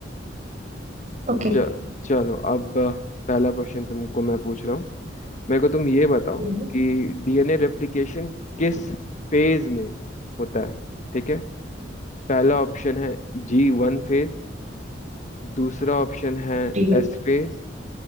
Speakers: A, on the right (about 40°); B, on the left (about 40°).
A: okay
B: च- चलो अब अ, पहला क्वेश्चन तुमको मैं पूछ रहा हूँ मेरे को तुम ये बताओ
A: हम्म
B: कि डीएनए रेप्लिकेशन किस फेज में होता है ठीक है पहला ऑप्शन है जी वन फेज दूसरा ऑप्शन है
A: ठीक है
B: एस फेज